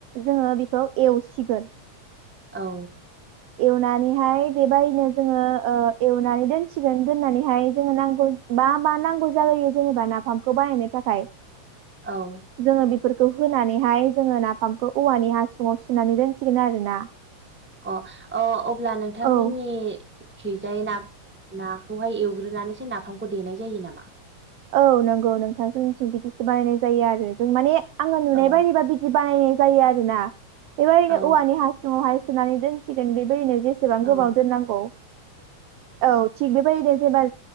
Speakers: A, on the right; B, in the centre.
A: जोङो बेखौ एवसिगोन।
B: औ
A: एवनानैहाय बेबायदिनो जोङो एवनानै दोनसिगोन दोननानैहाय जोङो नांगौ बा मा नांगौ जायो जेनेबा नाफामखौ बानायनो थाखाय थाखाय
B: औ
A: जोंङो बिखौ फोरखौ होनानैहाय जोङो नाफामखौ औवानि हासुङाव सोनानै दोनसिगोन आरो ना।
B: अ अब्ला नोंथांमोननि
A: औ
B: खिजायै ना नाखौहाय एवग्रोनानैसो नाफामखौ देनाय जायो नामा?
A: औ नंगौ नोंथां जोंनिथिं बिदिसो बानायनाय जायो आरो जों माने आङो नुनाय
B: औ
A: बायदिबा बिदि बानायनाय जायो आरोना बेबायदिनो
B: औ
A: औवानि हासुावहाय सोनानै दोनसिगोन बेबायदिनो जेसेबां
B: औ
A: गोबाव दोननांगौ औ थिग बेबायदिनो जेनेबा